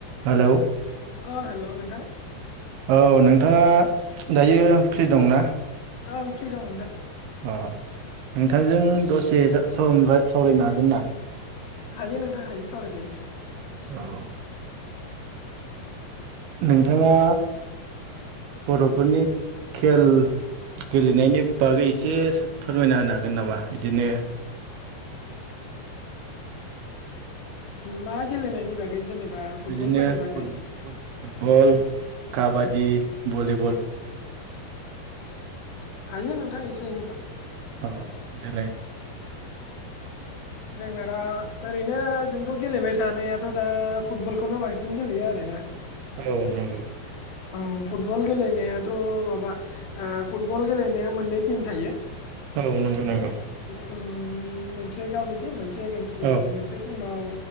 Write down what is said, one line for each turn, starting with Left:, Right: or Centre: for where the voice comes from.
Right: Hello
Left: अ हेल' नोंथां
Right: औ नोंथाङा दायो फ्रि दंना
Left: आं फ्रि दं नोंथां
Right: अ नोंथांजों दसे सावरायनो हागोन ना
Left: हायो नोंथां हायो सावराय जायो।
Right: औ नोंथाङा बर'फोरनि खेल गेलेनायनि बागै एसे फोरमायना होनो हागोन नामा बिदिनो
Left: मा गेले ननायनि बागै जेनेबा फुटबलफोरनि
Right: बिदिनो
Left: बागै
Right: फुटबल काबादि भलिब
Left: हायो नोंथां एसे एनैखौ
Right: औ दिलाय
Left: जोंना दा ओरैनो जोंथ' गेलेबाय थानायाथ' दा फुटबलखौनो बांसिन गेलेयो आरोना
Right: औ नंगौ
Left: औ फुटबल गेलेनायाथ' माबा फुटबल गेलेनाया मोननै टिम थायो।
Right: औ नंगौ नंगौ
Left: उ मोनसे गावनि मोनसे एगेन्स्ट टिम
Right: औ
Left: मोनसे टिमाव